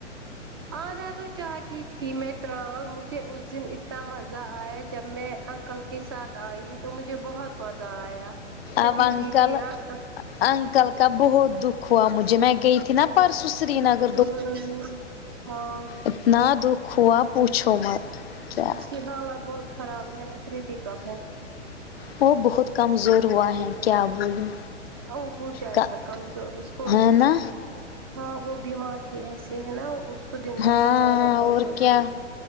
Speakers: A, on the right (about 20°); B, on the left (about 55°).
A: آنا تو چاہتی تھی میں ترال مجھے اس دن اتنا مزہ آیا جب میں انکل کے ساتھ آئی تو مجھے بہت مزہ آیا شفیق
B: اب انکل
A: دیدی انکل
B: انکل کا بہت دکھ ہوا مجھے میں گئی تھی نا پرسوں سرینگر
A: ؤں ہوں ہاں
B: اتنا دکھ ہوا پوچھو مت کیا
A: اس کی حالت بہت خراب ہے نہ کریٹیکل ہے
B: وہ بہت کمزور ہوا ہیں کیا بولوں
A: ا وہ ہو جائے
B: کا
A: گا کمزور اس کو
B: ہے نا
A: ہاں وہ بیمار ہی ایسے ہیں نا وہ اس دن بہ
B: ہاں
A: دن زیادہ کمزوری
B: اور کیا
A: ہے